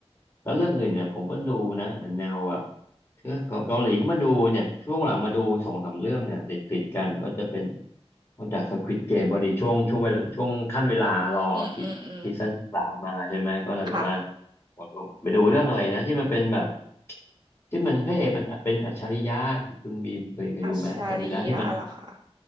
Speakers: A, on the left (about 20°); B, on the right (about 45°).
A: แล้วเรื่องอื่นเนี่ยผมก็ดูนะแนวแบบคือเกาหลีก็มาดูเนี่ยช่วงหลังมาดูสองสามเรื่องเนี่ยติดติดกันก็จะเป็นนอกจาก Squid Game พอดีช่วงช่วงเวลาช่วงขั้นเวลารอซีซีซั่นสามมาใช่ไหมก็เลยแบบว่า
B: อืมอืมอืมค่ะ
A: ขอดูไปดูเรื่องอะไรนะที่มันเป็นแบบที่มันพระเอกมันเป็นอัจฉริยะคุณบีมเคยเคยดูไหมจำไม่ได้ที่มัน
B: อัชชาริยะเหรอคะ